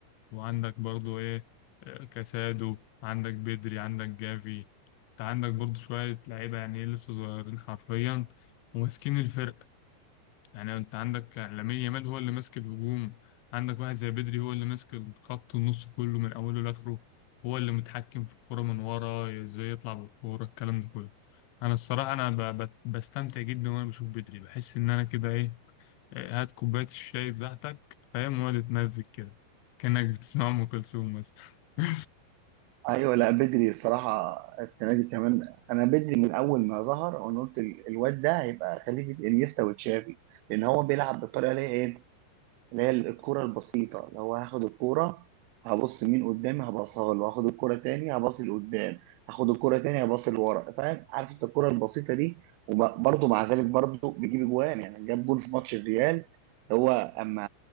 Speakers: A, on the left; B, on the right.
A: وعندك برضو ايه آه، كاسادو عندك بدري عندك جافي انت عندك برضو شويه لعيبه يعني إيه لسه صغيرين حرفيا وماسكين الفرقه يعني انت عندك لامين يامال هو اللي ماسك الهجوم عندك واحد زي بدري هو اللي ماسك خط النص كله من اوله لاخره هو اللي متحكم في الكرة من ورا ازاي يطلع بالكورة الكلام ده كله انا الصراحة انا ب... ب... بستمتع جدا وانا بشوف بدري بحس ان انا كده ايه إيه، هات كوباية الشاي بتاعتك فاهم وقعد تمزج كده كأنك بتسمع ام كلثوم مثلا <laughs>
B: أيوه لا بدري الصراحة السنة دي كمان أنا بدري من أول ما ظهر أنا قلت ال- الواد ده هيبقى خليفة إنيستا وتشافي لأن هو بيلعب بالطريقة اللي هي إيه اللي هي الكرة البسيطة اللي هو هاخد الكرة هبص مين قدامي هبصها له هاخد الكرة تاني هبص لقدام هاخد الكرة تاني هبص لورا فاهم عارف انت الكرة البسيطة دي وبرضه مع ذلك برضه بيجيب اجوان يعني جاب جول في ماتش الريال هو اما